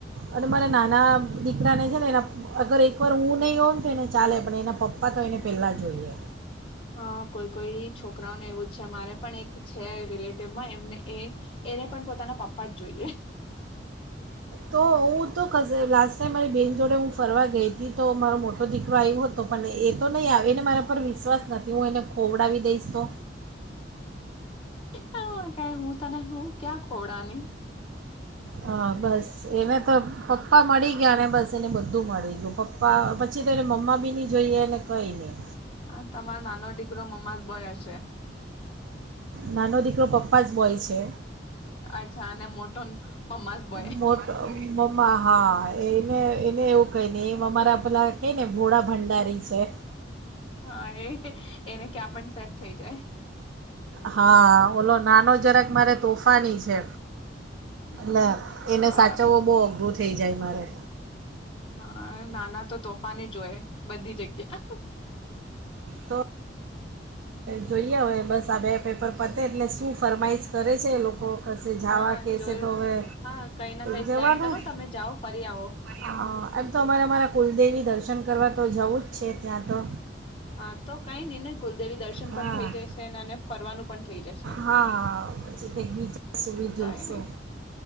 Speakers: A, on the right; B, on the left.
A: અને મારા નાના દીકરાને છે ને એના અગર એકવાર હું નહી હોઉ તો એને ચાલે પણ એના પપ્પા તો એને પહેલા જોઈએ.
B: હા કોઈ કોઈ છોકરાઓને એવું છે મારે પણ એક છે રેલેટીવમાં એમને પણ એક છે એ ને પણ પોતાના. પપ્પા જ જોઈએ.
A: તો હું તો <unintelligible> લાસ્ટ ટાઈમ મારી બેહેન જોડે હું. ફરવા ગઈ હતી તો મારો મોટો દીકરો આવ્યો તો પન એ તો નઈ આવે ને મારા પર વિશ્વાસ નથી હું એને ખોવડાવી દઈશ તો
B: હાં કંઈ હું તને હું ક્યાં ખોવડાની
A: હા બસ એને તો પપ્પા મળી ગયા ને બસ તેને બધું મળી ગયુ પપ્ પ્પા પછી તો એને મમ્મા બી ની જોઈએ એને કંઈ ની
B: હા તમારો નાનો ડીકરો મમ્મા જ બયા છે
A: નાનો દીકરો પપ્પા જ બોય છે.
B: અચ્છા અને મોટોન મમ્મા ઝ બોય
A: મોટ મમ્મા હાં એને એને એવું કઈ ની એ અમારા પેલાં કેયને ભોળા ભંડારી છે.
B: હાં એય ને એને ક્યાં પણ સેટ થઈ જાય.
A: હાં ઓલો નાનો જરાક મારે તોફાની છે.
B: હમ
A: ના એને
B: બરાબર
A: સાચવવો બઉ અઘરું છે. થેઈ જાય મારે
B: હાં નાના તો તોફાની જહોય બધી જગ્યા
A: તો જોઈએ અવે બસ આ બે પેપર પતે એટલે શું ફરમાઈશ કરે છે એ લોકો કશે જાવા
B: ના
A: કેશે
B: જોયું
A: તો હવે
B: હા કઈ ના કઈ
A: જવાનું
B: પ્લાન કરો તમે જાઓ ફરી આવો
A: હા એમ તો અમારે અમારા કુલદેવી દર્શન કરવા તો જવું જ છે ત્યાં તો
B: હા તો કઈ નઈ ને કુલદેવી દર્શન
A: હા
B: પણ થઈ જશે અને ફરવાનું પણ થઈ જશે
A: હા પછી કંઈક વિચારશું બીજું
B: કઈ
A: શુ
B: નઈ